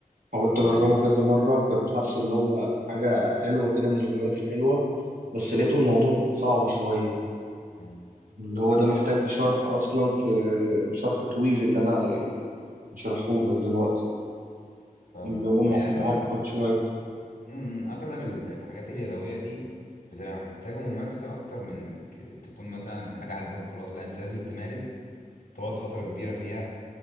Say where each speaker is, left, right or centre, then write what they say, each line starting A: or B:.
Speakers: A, on the right; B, on the left.
A: حاولت
B: امم
A: أجربه كذا مرة وكنت حاسه اللي هو حاجة حلوة كده من الهوايات الحلوة بس لقيته الموضوع صعب شوية
B: أمم.
A: اللي هو ده محتاج شرح أصلا في شرح طويل اللي أنا شرحهولك دلوقتي
B: فاهمك
A: اللي هو
B: اه
A: مع-
B: هي
A: معقد
B: اغلب
A: شوية
B: امم اغلب ال- الحاجات اليدويه دي بتبقى محتاجه ممارسه اكتر من انك تكون مثلا حاجه عاجباك خلاص لا انت لازم تمارس تقعد فتره كبيره فيها